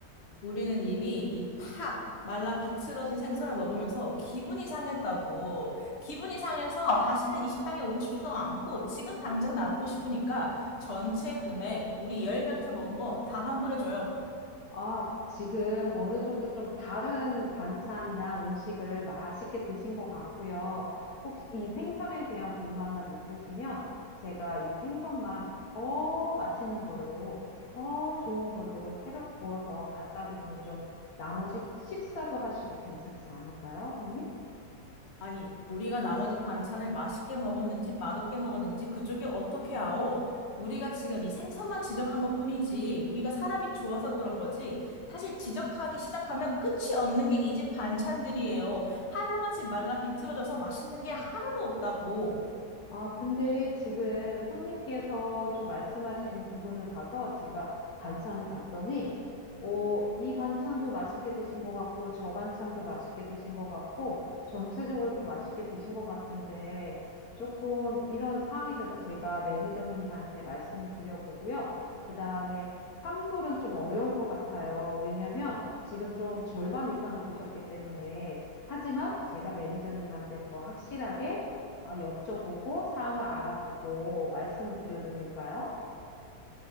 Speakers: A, on the left; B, on the left.
A: 우리는 이미 이 팍 말라 비틀어진 생선을 먹으면서 기분이 상했다고. 기분이 상해서 다시는 이 식당에 오고 싶지도 않고 지금 당장 나가고 싶으니까 전체 금액 우리 10명에서 먹은 거 다 환불해줘요.
B: 아, 지금 어느 정도 좀 다른 반찬이나 음식을 맛있게 드신 것 같고요. 혹시 이 생선에 대한 불만만 있으시면 제가 이 생선만 더 맛있는 걸로, 더 좋은 걸로 새로 구워서 갖다 드리면 좀 나머지 식사도 하시고 괜찮지 않을까요, 손님?
A: 아니, 우리가 나머지 반찬을 맛있게 먹었는지 맛없게 먹었는지 그쪽이 어떻게 아오? 우리가 지금 이 생선만 지적한 것뿐이지 우리가 사람이 좋아서 그런 거지 사실 지적하기 시작하면 끝이 없는 게 이 집 반찬들이에요. 하나같이 말라 비틀어져서 맛있는 게 하나도 없다고.
B: 아, 근데 지금 손님께서 좀 말씀하신 부분을 봐서 제가 반찬을 봤더니, 어, 이 반찬도 맛있게 드신 것 같고, 저 반찬도 맛있게 드신 것 같고, 전체적으로 좀 맛있게 드신 것 같은데, 조금 이런 상황이 돼서 제가 매니저님한테 말씀을 드려보고요. 그 다음에 환불은 좀 어려울 것 같아요. 왜냐면 지금 좀 절반 이상을 드셨기 때문에, 하지만 제가 매니저님한테 더 확실하게 아, 여쭤보고 사항을 알아보고 말씀을 드려도 될까요?